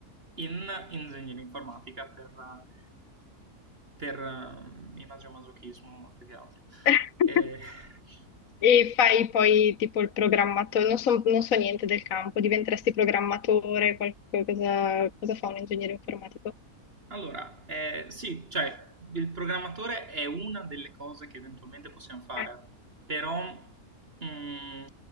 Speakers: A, on the right; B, on the left.
A: in ingegneria informatica per, eh, per eh, imagomasochismo più che altro.
B: <laughs>
A: E- <laughs>
B: E fai poi tipo il programmatore, non so, non so niente del campo, diventeresti programmatore, qualcosa, cosa, cosa fa un ingegnere informatico?
A: Allora, eh, sì, cioè il programmatore è una delle cose che eventualmente possiamo fare,
B: Ok.
A: però mm,